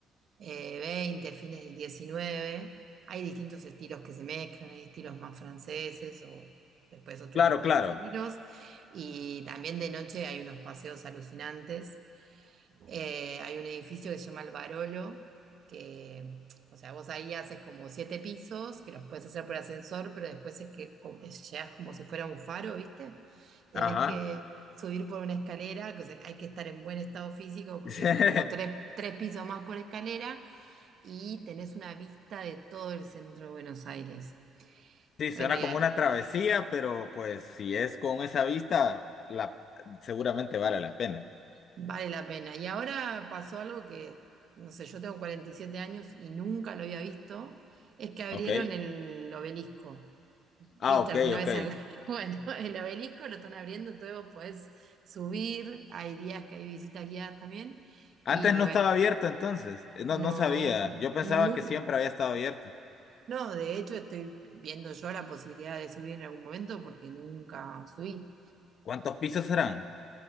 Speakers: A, on the right (about 50°); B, on the left (about 50°).
A: eh, XX, fines del diecinueve. Hay distintos estilos que se mezclan, hay estilos más franceses o después otro
B: Claro,
A: tipo
B: claro.
A: de estilos. Y también de noche hay unos paseos alucinantes eh, hay un edificio que se llama El Barolo, que, o sea, vos ahí haces como siete pisos, que los puedes hacer por ascensor, pero después es que co- es- llegas como si fuera un faro, ¿viste? Tenés
B: Ajá.
A: que subir por una escalera, que o sea, hay que estar en buen estado físico porque
B: <laughs>
A: son como tres, tres pisos más por escalera y tenés una vista de todo el centro de Buenos Aires.
B: Sí,
A: Bueno,
B: suena
A: y
B: como
A: hay-
B: una travesía, pero pues si es con esa vista, la, seguramente vale la pena.
A: Vale la pena. Y ahora pasó algo que, no sé, yo tengo 47 años y nunca lo había visto, es que abrieron
B: ¿Ok?
A: el obelisco. ¿Viste
B: Ah, ok,
A: alguna
B: ok.
A: vez algo? <laughs> Bueno, el obelisco lo están abriendo, entonces vos podés subir, hay días que hay visitas guiadas también, y
B: Antes no
A: bueno,
B: estaba abierto entonces. Eh, No,
A: no,
B: no sabía. Yo pensaba
A: no,
B: que siempre había estado abierto.
A: no, de hecho estoy viendo yo la posibilidad de subir en algún momento porque nunca subí.
B: ¿Cuántos pisos serán?